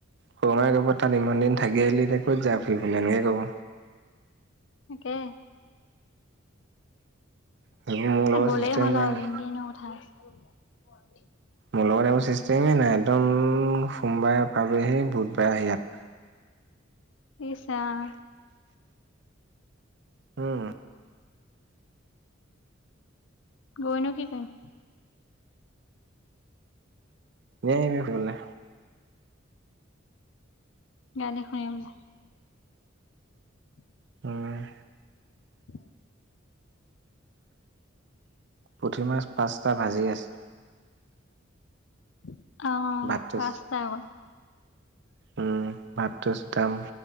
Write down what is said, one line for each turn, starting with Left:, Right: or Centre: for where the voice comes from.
Right: সৰুমাই কব তাত ইমান দিন থাকি আহিলি ক'ত যাওঁ ফূৰিবলে এনেকে কব,
Left: তাকে
Right: সেইবোৰ মোৰ লগত
Left: গ'লেই
Right: চিষ্টেম
Left: হ'ল
Right: নাই
Left: আৰু এদিন
Right: না
Left: কে এনেও উঠাই <unintelligible>
Right: মো লগত এইবো ছিছ। নাই একদম। সোমবাৰে পালোঁহি বুধবাৰে আহি ইয়াত।
Left: ইচ্। আহ।
Right: উম।
Left: গৈ নো কি কৰিম?
Right: এনে আহিবি ফুৰিবলে।
Left: গানে শুনে বোলে <unintelligible> উ <unintelligible>
Right: উম।
Left: <unintelligible>
Right: পুঠি মাছ পাঁচটা ভাজি আছে।
Left: উ <unintelligible> আহ
Right: ভাতটো
Left: পাঁচতা অ।
Right: উম, ভাতটো চুটাম